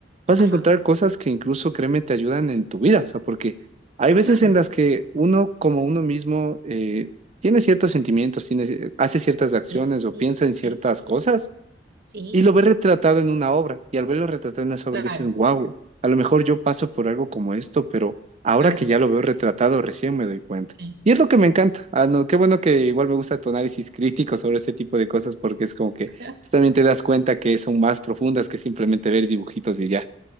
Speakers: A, on the right; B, on the right.
A: vas
B: Ajá.
A: a encontrar cosas que incluso, créeme, te ayudan en tu vida. O sea, porque hay
B: Ah,
A: veces en las que uno, como uno mismo, eh, tiene ciertos sentimientos, tiene, hace ciertas acciones
B: sí,
A: o
B: sí,
A: piensa en ciertas
B: sí,
A: cosas
B: sí, sí,
A: y lo ves retratado en una obra, y al verlo retratado en esa obra
B: claro,
A: dices, wow, a lo mejor yo paso por algo como esto, pero ahora
B: claro.
A: que ya lo veo retratado, recién me doy cuenta.
B: sí.
A: Y es lo que me encanta. Ah, no, qué bueno que igual me gusta tu análisis crítico sobre este tipo de cosas, porque es como que
B: <laughs>
A: tú también te das cuenta que son más profundas que simplemente ver dibujitos y ya.